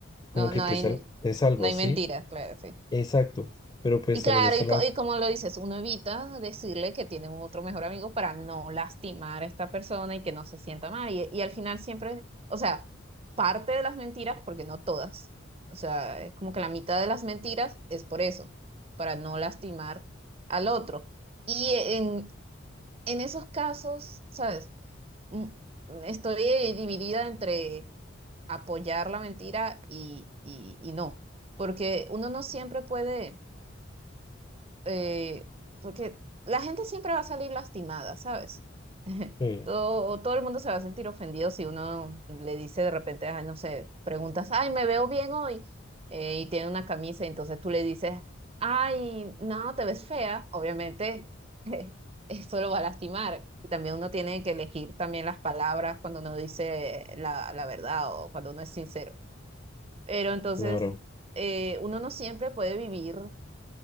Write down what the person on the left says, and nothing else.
como
que
te
sal-
te salvas,
¿sí?
Exacto, pero pues
también
está
la...
Sí,
claro.